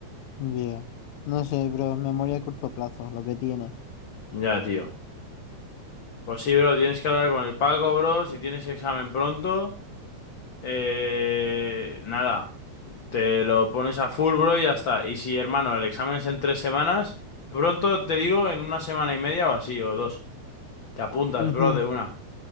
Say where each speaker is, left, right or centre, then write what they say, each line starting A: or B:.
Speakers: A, on the left; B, on the left.
A: Yeah. No sé, bro. Memoria a corto plazo, lo que tiene.
B: Ya, tío. Pues sí, bro, tienes que hablar con el Paco, bro. Si tienes examen pronto, eh, nada, te lo pones a full, bro, y ya está. Y si, hermano, el examen es en tres semanas, pronto te digo en una semana y media o así, o dos. Te apuntas,
A: Ujú,
B: bro, de una.